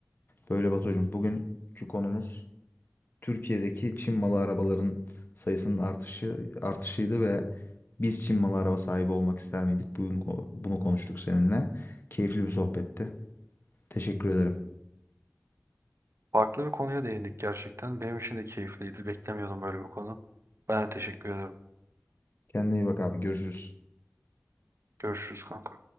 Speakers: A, on the left; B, on the right.
A: Böyle Batucuğum, bugünkü konumuz Türkiye'deki Çin malı arabaların sayısının artışı artışıydı ve biz Çin malı araba sahibi olmak ister miydik? Bugün ko- bunu konuştuk seninle. Keyifli bir sohbetti. Teşekkür ederim.
B: Farklı bir konuya değindik gerçekten. Benim için de keyifliydi. Beklemiyordum böyle bir konu. Ben de teşekkür ederim.
A: Kendine iyi bak abi. Görüşürüz.
B: Görüşürüz kanka.